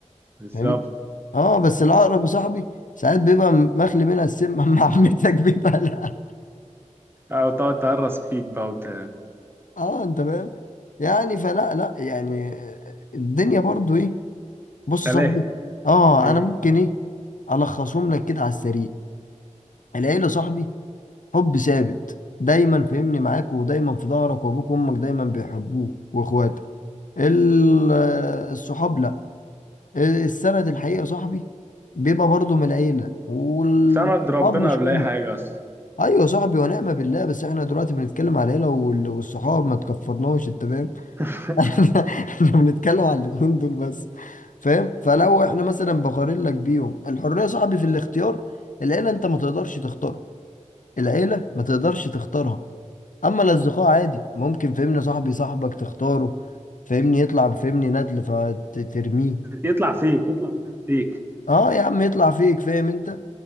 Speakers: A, on the right (about 15°); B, on the left (about 85°).
A: بالظبط
B: فاهمني اه بس العقرب يا صاحبي ساعات بيبقى مخلي منها السم <laughs> مع عمتك بيبقى لا
A: اه وتقعد تهرس فيك بقى وت...
B: اه انت فاهم يعني فلا لا يعني الدنيا برضو ايه بص
A: تلاهي
B: يا صاحبي اه
A: مم.
B: انا ممكن ايه الخصهم لك كده على السريع العيله صاحبي حب ثابت دايما فهمني معاك ودايما في ظهرك وابوك وامك دايما بيحبوك واخواتك ال- الصحاب لا السند الحقيقه صاحبي بيبقى برضو من العيله والصحاب
A: سند ربنا
B: مش
A: قبل
B: كله
A: اي حاجه اصلا
B: ايوه صاحبي ونعم بالله بس احنا دلوقتي بنتكلم على العيله وال- والصحاب ما تكفرناش انت فاهم
A: <laughs>
B: <laughs> احنا احنا بنتكلم على الاتنين دول بس فاهم فلو احنا مثلا بقارن لك بيهم الحريه صاحبي في الاختيار العيله انت ما تقدرش تختارها العيله ما تقدرش تختارها اما الاصدقاء عادي ممكن فهمني صاحبي صاحبك تختاره فهمني يطلع فهمني ندل فترميه
A: يطلع فيك يطلع فيك
B: اه يا عم يطلع فيك فاهم انت